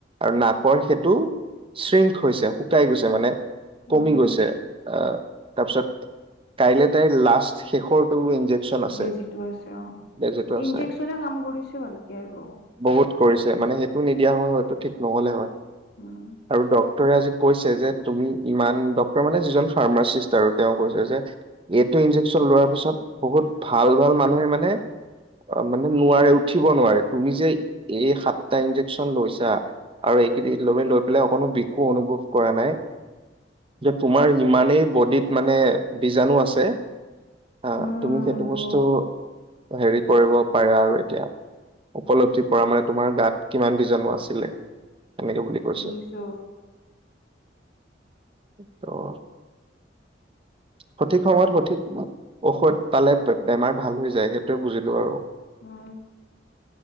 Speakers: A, on the right; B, on the left.
A: আৰু নাপৰ সেইটো শ্ৰিংক হৈছে শুকাই গৈছে মানে
B: উম,
A: কমি গৈছে আহ তাৰপিছত কাইলৈ তাইৰ লাষ্ট শেষৰটো ইনজেকচন আছে
B: বেজিটো আছে অ
A: যিটো
B: ইনজেকচনে
A: আছে
B: কাম কৰিছে ভালকে আৰু।
A: বহুত কৰিছে মানে সেইটো নিদিয়া হয় হয়তটো ঠিক নহলে হয়।
B: উম,
A: আৰু দ। ডক্টৰে আজি কৈছে যে তুমি ইমান ডক্টৰ মানে যিজন ফাৰ্মাচিষ্ট আৰু তেওঁ কৈছে যে এইটো ইন্জেকচন লোৱাৰ পিছত বহুত ভাল ভাল মানুহে মানে অ মানে নোৱাৰে। উঠিব নোৱাৰে তুমি যে এই সাত টা ইনজেকচন লৈছা আৰু এইকেই ল লৈ পেলাই অকো বিষো অনুভৱ কৰা নাই তোমাৰ ইমানেই বডিত মানে বীজাণু আছে। আছে। অ,
B: উম,
A: ' তুমি সেইটো
B: ব
A: বস্তু হেৰিত। পৰিব পাৰে আৰু এতিয়া উপলব্ধি পৰা মানে তোমাৰ গাত কিমান বীজাণু আছিলে। এনেকে বুলি
B: শুনিছো।
A: কৈছে ত'। সঠিক সময়ত সঠিক ঔষধ পালে বেমাৰ ভাল হৈ যায় সেইটোৱে বুজিলো আৰু।
B: উম।